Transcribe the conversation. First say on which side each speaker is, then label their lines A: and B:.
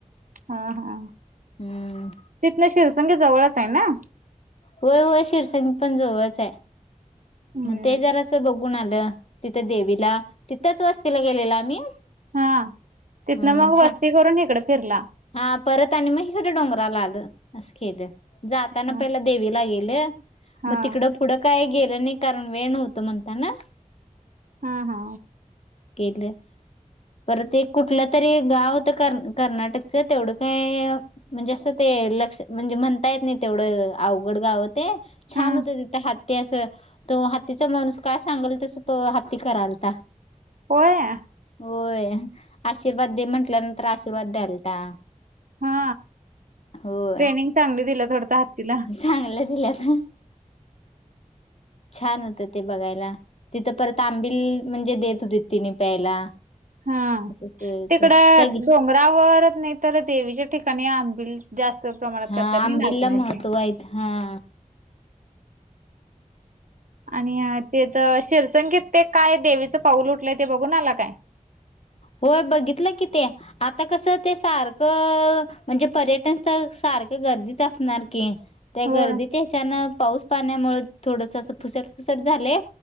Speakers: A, on the right; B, on the left.
A: हा हा
B: हम्म
A: तिथन शिरसंग जवळच आहे ना?
B: होय होय शिरसंग पण जवळच आहे.
A: हम्म
B: मग ते जरा असं बघून आलं तिथं देवीला तिथंच वस्तीला गेलेलं आम्ही.
A: हा तिथनं
B: अ
A: मग
B: छान
A: वस्ती करून इकडं फिरला.
B: हा परत आणि मग इकडं डोंगराला आलं असं केलं. जाताना
A: हा
B: पहिला देवीला गेले
A: हा
B: मग तिकडं पुढं काय गेलं नाही कारण वेळ नव्हत म्हणताना
A: हा हा
B: केले पर ते एक कुठलं तरी गाव होतं क कर्नाटकचं तेवढं काय म्हणजे असं ते लक्ष म्हणजे म्हणतायेत नाही तेवढं अवघड गावत ते छान
A: हा
B: होते तथ हत्ती अस तो हातीचा माणूस काय सांगेल तस तो हाती करालता
A: होय
B: होय आशीर्वाद दे म्हंटल्यानंतर आशीर्वाद द्यालता
A: हा
B: होय
A: ट्रेनिंग चांगली दिल थोडत हत्तीला
B: चांगलं दिलत ना छान होत ते बघायला तिथं परत आंबिल म्हणजे देत होती तिने प्यायला
A: हा
B: असं सोय होत
A: तिकड
B: सगळी
A: डोंग रावरत नाही तर देवीच्या ठिकाणी आंबिल जास्त प्रमाणात
B: हा
A: करतात नाही
B: आंबिलला
A: नाचण्याचे
B: महत्त्व आहेत हा
A: आणि ते तर शिरसंगीत ते काय देवीचं पाऊल उठलंय ते बघून आला का
B: होय बघितलं कि ते आता कसं ते सारखं म्हणजे पर्यटन स्थळ सारखं गर्दीत असणार की त्या
A: होय
B: गर्दीत याच्यान पाऊस पाण्यामुळे थोडस फुसट फुसट झालय